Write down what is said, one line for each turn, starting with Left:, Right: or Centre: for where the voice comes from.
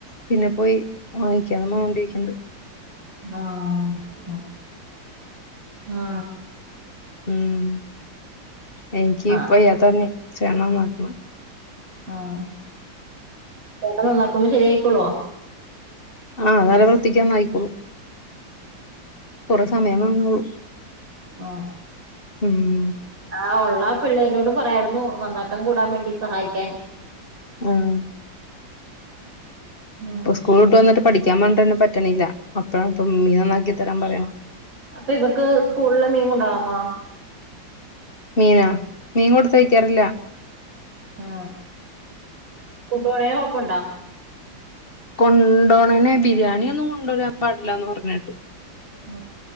Left: പിന്നെ പോയി വാങ്ങിക്കാ <unintelligible>
Right: ആഹ് ഹാ ആ
Left: ഉം എനിക്ക്
Right: ആ
Left: ഇപ്പയത്തന്നെ <unintelligible>
Right: ആഹ് ഓന് നന്നാക്കുമ്പോ ശരിയായിക്കോളോ
Left: ആ നല്ല വൃത്തിക്ക് നന്നാക്കിക്കോളും. കൊറെ സമയം വേണന്നൊള്ളു.
Right: ആ
Left: ഉം
Right: ആ ഉള്ള പിള്ളേനോടും പറയാർന്നു നന്നാക്കൻ കൂടാൻ വേണ്ടി സഹായിക്കാൻ
Left: ഉം
Right: ഉം.
Left: പ്പോ സ്കൂള് വിട്ട് വന്നിട്ട് പഠി ക്കാ പറഞ്ഞ്ട്ടന്നെ പറ്റ്ണില്ല അപ്പഴ ഇപ്പം മീൻ നന്നാക്കി തരാൻ പറയണം
Right: അപ്പൊ ഇവർക്ക് സ്കൂള്ല് മീൻ കൊണ്ടവാ മോ
Left: മീനൊ മീൻ കൊട്ത്തയ്ക്കാറില്ല
Right: ആ കൊണ്ടോവ്ണേന് കൊഴപ്പണ്ടോ
Left: കൊണ്ടോണനെ ബിരിയാണിയോന്നും കൊണ്ടോരാൻ പാടില്ല ന്ന പറഞ്ഞേ
Right: ആ